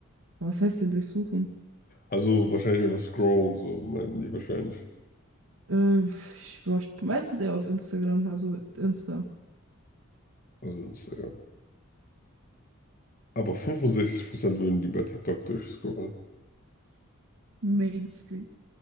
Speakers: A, on the right; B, on the left.
A: Was heißt denn durchsuchen?
B: Also wahrscheinlich einfach scrollen, so meinten die wahrscheinlich.
A: Äh, ich war ich meistens eher auf Instagram, also Insta.
B: Also Instagram. Aber 65% würden lieber TikTok durchscrollen.
A: Mainstream.